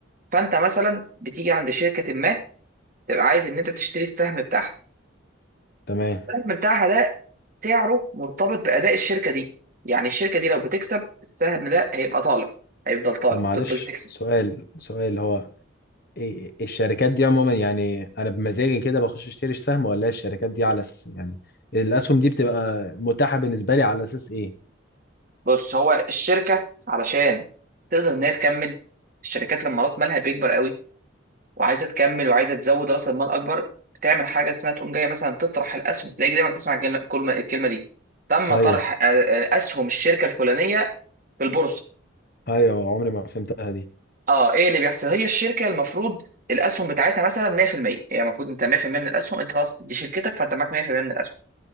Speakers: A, on the right; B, on the left.
A: فانت مثلا بتيجي عند شركه ما تبقى عايز ان انت تشتري السهم بتاعها
B: تمام
A: السهم بتاعها ده سعره مرتبط باداء الشركه دي يعني الشركه دي لو بتكسب السهم ده هيبقى طالع هيفضل طالع
B: طب معلش
A: تفضل تكسب
B: سؤال سؤال هو إيه- الشركات دي عموما يعني انا بمزاجي كده بخش اشتري سهم ولا الشركات دي على أس... يعني الاسهم دي بتبقى متاحة بالنسبة لي على اساس ايه
A: بص هو الشركه علشان تقدر ان هي تكمل الشركات لما راس مالها بيكبر قوي وعايزه تكمل وعايزه تزود راس المال اكبر بتعمل حاجه اسمها تقوم جايه مثلا تطرح الاسهم تلاقي دايما بتسمع الجل- الكلمه الكلمه دي تم
B: ايوه
A: طرح آه، آه، اسهم الشركه الفلانيه في البورصه
B: ايوه عمري ما فهمتها دي
A: اه ايه اللي بيحصل هي الشركه المفروض الاسهم بتاعتها مثلا 100% هي المفروض انت 100% من الاسهم انت خلاص دي شركتك فانت معاك 100% من الاسهم